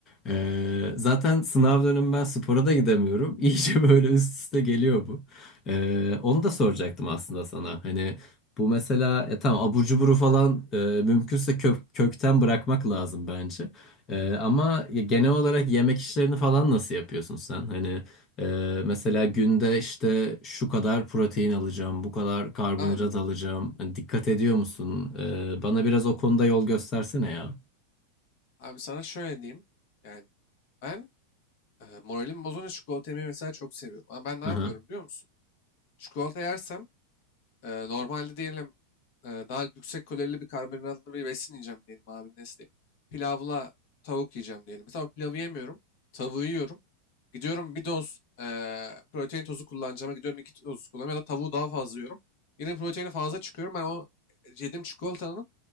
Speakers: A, on the left; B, on the left.
A: Ee, zaten sınav dönemi ben spora da gidemiyorum. <laughs> İyice böyle üst üste geliyor bu. Ee, onu da soracaktım aslında sana. Hani bu mesela ya tamam abur cuburu falan e, mümkünse kök, kökten bırakmak lazım bence. Ee, ama ya genel olarak yemek işlerini falan nasıl yapıyorsun sen? Hani e, mesela günde işte şu kadar protein alacağım, bu kadar karbonhidrat
B: Abi,
A: alacağım. Hani dikkat ediyor musun? Ee, bana biraz o konuda yol göstersene ya.
B: abi sana şöyle diyeyim. Yani ben e, moralim bozunca çikolata yemeyi mesela çok seviyorum. Ama ben ne
A: Aha.
B: yapıyorum biliyor musun? Çikolata yersem e, normalde diyelim e, daha yüksek kalorili bir karbonhidratlı bir besin yiyeceğim diyelim abi ne diyeyim. Pilavla tavuk yiyeceğim diyelim. Mesela o pilavı yemiyorum. Tavuğu yiyorum. Gidiyorum bir doz e, protein tozu kullanacağıma gidiyorum iki toz kullanıyorum ya da tavuğu daha fazla yiyorum. Yine proteini fazla çıkıyorum. Ben o e, yediğim çikolatanın